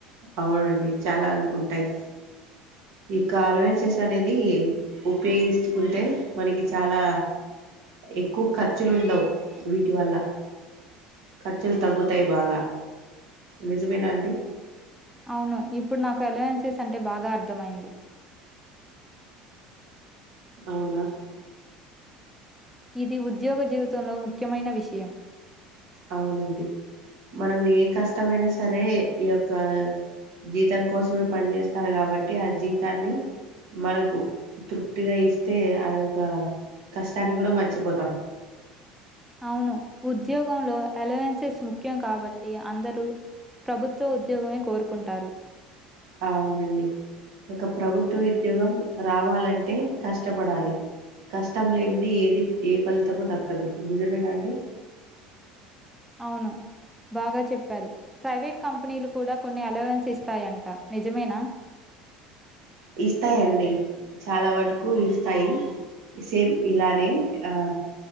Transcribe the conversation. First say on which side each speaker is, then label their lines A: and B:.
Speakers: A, on the right (about 75°); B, in the centre.
A: అవునండి చాలా ఉంటాయ్ ఇక అలవెన్సెస్ అనేది ఉపయోగించుకుంటే మనకి చాలా ఎక్కువ ఖర్చులు ఉండవ్ వీటి వల్ల ఖర్చులు తగ్గుతాయి బాగా నిజమేనా అండి
B: అవును ఇప్పుడు నాకు అలవెన్సెస్ అంటే బాగా అర్థమైంది
A: అవునా
B: ఇది ఉద్యోగ జీవితంలో ముఖ్యమైన విషయం
A: అవునండి మనం ఏ కష్టమైనా సరే ఈ యొక్క జీతం కోసమే పనిచేస్తారు కాబట్టి ఆ జీతాన్ని మనకు తృప్తిగా ఇస్తే ఆ యొక్క కష్టాన్ని గుడా మర్చిపోతాం
B: అవును ఉద్యోగంలో అలవెన్సెస్ ముఖ్యం కాబట్టి అందరూ ప్రభుత్వ ఉద్యోగమే కోరుకుంటారు
A: అవునండి ఇక్క ప్రభుత్వ ఉద్యోగం రావాలంటే కష్టపడాలి కష్టం లేనిది ఏది ఏ ఫలితము దక్కదు నిజమేనా అండి
B: అవును బాగా చెప్పారు ప్రైవేట్ కంపెనీలు కూడా కొన్ని అలవెన్స్ ఇస్తాయంట నిజమేనా
A: ఇస్తాయండి చాలా వటకు ఇస్తాయి సేమ్ ఇలానే ఆ